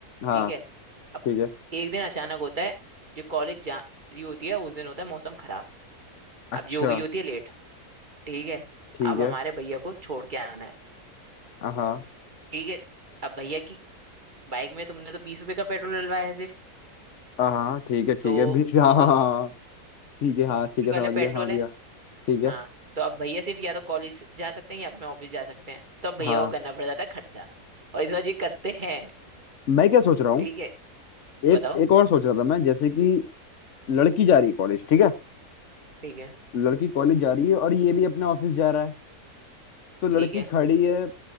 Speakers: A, on the left (about 55°); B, on the right (about 30°).
A: हाँ
B: ठीक है अब
A: ठीक है
B: एक दिन अचानक होता है जो कॉलेज जा रही होती है उस दिन होता है मौसम खराब
A: अच्छा
B: अब जो हो गई होती है लेट ठीक है
A: ठीक
B: अब
A: है
B: हमारे भैया को छोड़ के आना है
A: हाँ
B: ठीक है अब भैया की बाइक में तुमने तो बीस रुपए का पेट्रोल डलवाया है सिर्फ
A: हाँ ठीक है ठीक
B: तो
A: है बीस <laughs> हाँ
B: वो
A: हाँ
B: तो
A: हाँ, ठीक है हाँ
B: फ्री
A: ठीक है
B: वाले
A: समझ
B: पेट्रोल
A: गया समझ गया
B: है
A: ठीक है
B: हाँ तो अब भैया सिर्फ या तो कॉलेज जा सकते हैं या अपने ऑफिस जा सकते हैं तो अब भैया
A: हाँ
B: को करना पड़ जाता है खर्चा और इस बार ये करते हैं
A: मैं क्या सोच रहा हूँ
B: ठीक है बताओ
A: एक एक और सोच रहा था मैं जैसे कि लड़की जा रही है कॉलेज ठीक है
B: ठीक है
A: लड़की कॉलेज जा रही है और ये भी अपने ऑफिस जा रहा है तो लड़की
B: ठीक है
A: खड़ी है